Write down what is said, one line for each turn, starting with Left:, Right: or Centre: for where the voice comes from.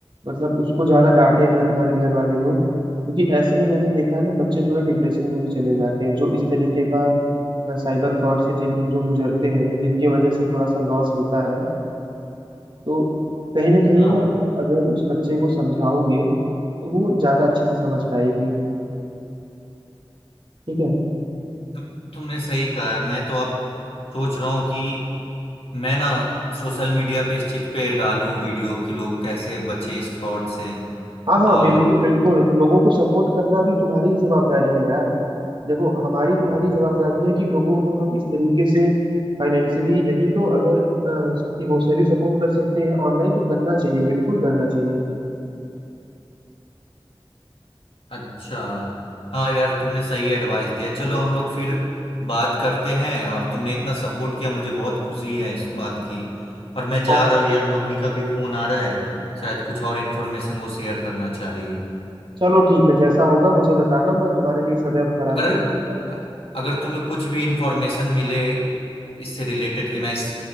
Right: मतलब उसको ज्यादा डांटे ना तुम्हारे घर वाले लोग क्योंकि ऐसे में मैंने देखा है ना बच्चे थोड़े डिप्रेशन में भी चले जाते हैं जो इस तरीके का साइबर फ्रॉड से जिन जो गुजरते हैं जिनके वजह से थोड़ा सा लॉस होता है तो कहीं ना कहीं
Left: हाँ
Right: ना अगर उस बच्चे को समझाओगे तो वो ज्यादा अच्छे से समझ पाएगी ठीक है
Left: तुम- तुमने सही कहा है मैं तो अब सोच रहा हूँ कि मैं ना सोशल मीडिया पे इस चीज पे डालूं वीडियो कि लोग कैसे बचे इस फ्रॉड से
Right: हाँ हाँ
Left: और
Right: बिल्कुल बिल्कुल लोगों को सपोर्ट करना भी तुम्हारी ही जिम्मेदारी है यार देखो हमारी तुम्हारी जवाबदारी है कि लोगों को हम इस तरीके से फाइनेंशियली नहीं तो अगर इमोशनली सपोर्ट कर सकते हैं ऑनलाइन तो करना चाहिए बिल्कुल करना चाहिए
Left: अच्छा हाँ यार तुमने सही एडवाइस दिया चलो हम लोग फिर बात करते हैं और तुमने इतना सपोर्ट किया मुझे बहुत खुशी है इस बात की और मैं जा
Right: हाँ
Left: रहा हूँ यार मम्मी का भी फोन आ रहा है शायद कुछ और इन्फॉर्मेशन वो शेयर करना चाह रही है
Right: चलो ठीक है जैसा होगा मुझे बताना मैं तुम्हारे लिए सदैव खड़ा
Left: अगर
Right: रहूंगा ठीक है?
Left: अगर तुम्हें कुछ भी इन्फॉर्मेशन मिले इससे रिलेटेड कि मैं इस